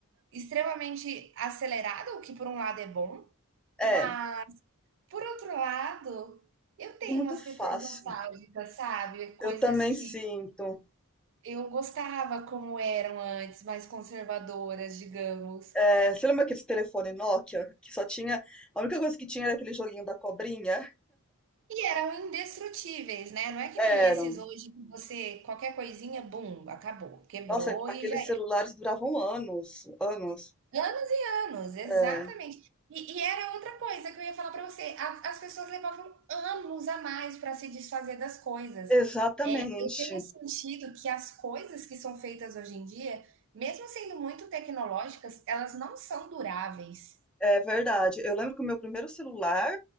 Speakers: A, on the right (about 55°); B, in the centre.
A: extremamente acelerado, o que por um lado é bom,
B: É,
A: mas por outro lado, eu
B: tudo
A: tenho
B: muito
A: umas questões
B: fácil.
A: nostálgicas, sabe? Coisas
B: Eu também
A: que
B: sinto.
A: eu gostava como eram antes, mais conservadoras, digamos.
B: É, você lembra aquele telefone Nokia que só tinha. A única coisa que tinha era aquele joguinho da cobrinha?
A: E eram indestrutíveis, né? Não é que
B: Eram.
A: nem esses hoje que você, qualquer coisinha, bum, acabou, quebrou
B: Nossa, aqueles
A: e já era.
B: celulares duravam anos, anos.
A: Anos e anos, exatamente.
B: É,
A: E, e era outra coisa que eu ia falar para você: a- as pessoas levavam anos a mais para se desfazer das coisas.
B: exatamente.
A: É, eu tenho sentido que as coisas que são feitas hoje em dia, mesmo sendo muito tecnológicas, elas não são duráveis.
B: É verdade. Eu lembro que o meu primeiro celular,